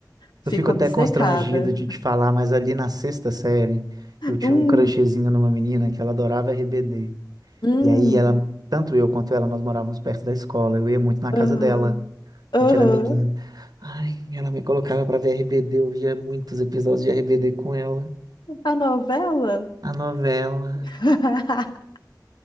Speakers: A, on the left (about 80°); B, on the right (about 60°).
A: fica
B: eu fico até
A: obcecada.
B: constrangido de te falar, mas ali na sexta série, eu tinha
A: Hum,
B: um crushzinho numa menina que ela adorava RBD.
A: hum.
B: E aí ela, tanto eu quanto ela, nós morávamos perto da escola. Eu ia muito na
A: Aham,
B: casa dela.
A: aham.
B: A gente era amiguinho. Ai, ela me colocava pra ver RBD, eu via muitos episódios de RBD com ela.
A: A novela?
B: A novela.
A: <laughs>